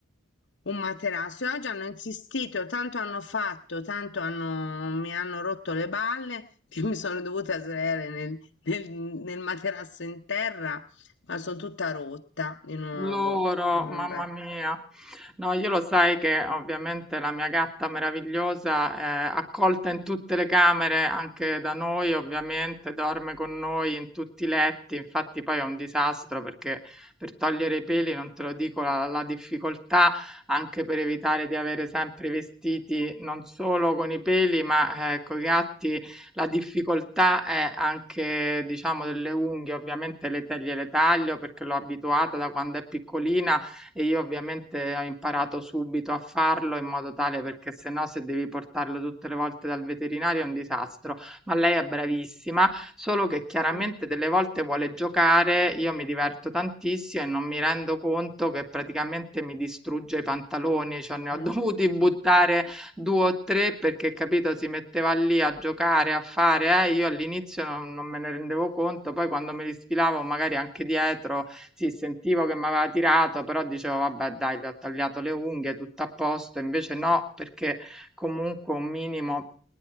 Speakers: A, on the left; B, in the centre.
A: un materasso. E oggi hanno insistito, tanto hanno fatto, tanto hanno- mi hanno rotto le balle che mi sono dovuta sdraiare nel, nel- nel materasso in terra, ma sono tutta rotta di nuovo.
B: loro,
A: Vabbè.
B: mamma mia. No, io lo sai che ovviamente la mia gatta meravigliosa è accolta in tutte le camere, anche da noi ovviamente, dorme con noi in tutti i letti, infatti poi è un disastro perché per togliere i peli, non te lo dico, la, la difficoltà anche per evitare di avere sempre i vestiti non solo con i peli, ma eh, con i gatti La difficoltà è anche, diciamo, delle unghie, ovviamente le te- gliele taglio perché l'ho abituata da quando è piccolina e io ovviamente ho imparato subito a farlo in modo tale perché se no se devi portarlo tutte le volte dal veterinario è un disastro. Ma lei è bravissima, solo che chiaramente
A: Mm.
B: delle volte vuole giocare, io mi diverto tantissimo e non mi rendo conto che praticamente mi distrugge i pantaloni, cioè ne ho
A: Mh.
B: <laughs> dovuti buttare
A: Mh.
B: due o tre perché, capito, si metteva lì a giocare, a fare, eh, io all'inizio non, non me ne rendevo conto, poi quando me li sfilavo magari anche dietro, sì, sentivo che mi aveva tirato, però dicevo, vabbè, dai, gli ho tagliato le unghie, tutto a posto, invece no, perché comunque un minimo